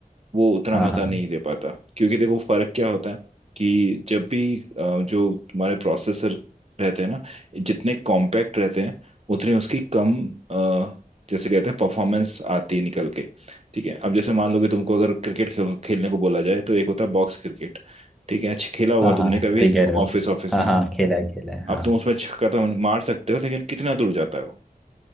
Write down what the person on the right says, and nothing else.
वो उतना
मजा
नहीं दे पाता क्योंकि देखो फर्क क्या होता है कि जब भी अ, जो तुम्हारे प्रोसेसर रहते हैं ना जितने कॉम्पैक्ट रहते हैं उतनी उसकी कम अ, जैसे कहते हैं परफॉर्मेंस आती है निकल के ठीक है अब जैसे मान लो कि तुमको अगर क्रिकेट खेल, खेलने को बोला जाए तो एक होता है बॉक्स क्रिकेट ठीक है अच्छा खेला होगा
तुमने कभी
ऑफिस ऑफिस
में
अब
तुम उसमें छक्का तो मार सकते हो लेकिन कितना दूर जाता है वो